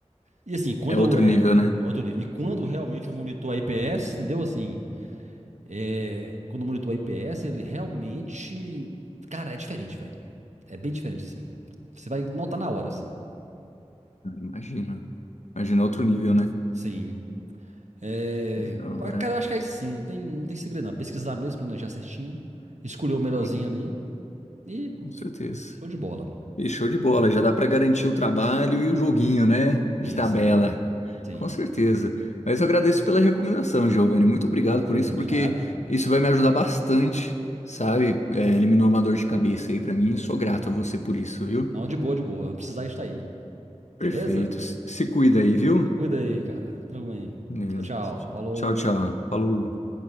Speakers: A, on the right; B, on the left.
A: E assim, quando
B: É outro
A: é,
B: nível, né?
A: é outro nível. E quando realmente o monitor IPS, entendeu? Assim, é, quando o monitor IPS, ele realmente. Cara, é diferente, velho. É bem diferente, assim. Você vai notar na hora, assim.
B: Imagina. Imagina outro nível, né?
A: Sim. É,
B: É da hora.
A: mas, cara, eu acho que é isso sim, não tem, não tem segredo, não. Pesquisar mesmo, planejar certinho, escolher o melhorzinho
B: Ah,
A: ali e
B: com certeza.
A: show de bola.
B: E show de bola, já dá para garantir o trabalho e o joguinho, né? De
A: Sim,
B: tabela.
A: sim, sim. Sim.
B: Com certeza. Mas eu agradeço pela recomendação, Giovanni. Muito obrigado
A: Tranquilo,
B: por isso, porque
A: de nada.
B: isso vai me ajudar bastante, sabe? É, eliminou uma dor de cabeça aí para mim. Sou grato a você por isso, viu?
A: Não, de boa, de boa. Precisar estar aí.
B: Perfeito.
A: Beleza?
B: Se se cuida aí, viu?
A: Se cuida aí, cara. Tudo bem.
B: Beleza.
A: Tchau, tchau. Falou.
B: Tchau, tchau. Falou.